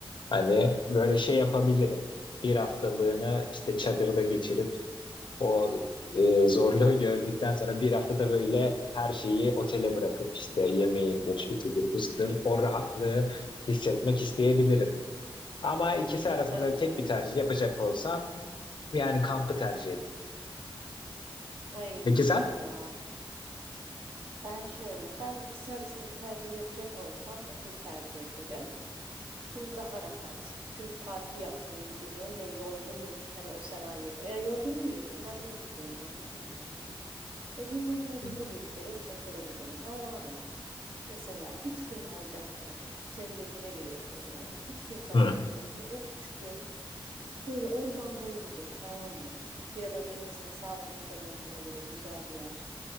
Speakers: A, on the left; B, on the right.
A: hani
B: Oo,
A: böyle şey yapabilirim. Bir haftalığını işte çadırda geçirip o e, zorluğu <laughs> gördükten sonra bir haftada böyle her şeyi otele bırakıp işte yemeğindir,
B: Hmm.
A: şu budur, bu budur, o rahatlığı hissetmek isteyebilirim. Ama ikisi arasında
B: tabii
A: tek
B: canım.
A: bir tercih yapacak olsam yani kampı tercih ederim.
B: Ay,
A: Peki sen?
B: değil mi ya? Ben şöyle, ben ikisi arasında bir tercih yapacak olsam oteli tercih ederim. Çünkü daha rahat. Çünkü tatil yapmaya gidiyorum ve yorgunum. Hani o senaryoda. Ya yorgun değil de dinlenmeye gidiyorum anladın mı? E dinlenmeye
A: Hı.
B: de nereye giderim? Otele giderim. Ama abi mesela 3 gün kalacaktırım. Senin dediğine geliyor biraz olay. 3 gün kalacaktırım
A: Hı.
B: ve o 3 gün böyle ormandayımdır tamam mı? Ya da denizin sahilin kenarında böyle güzel bir yer.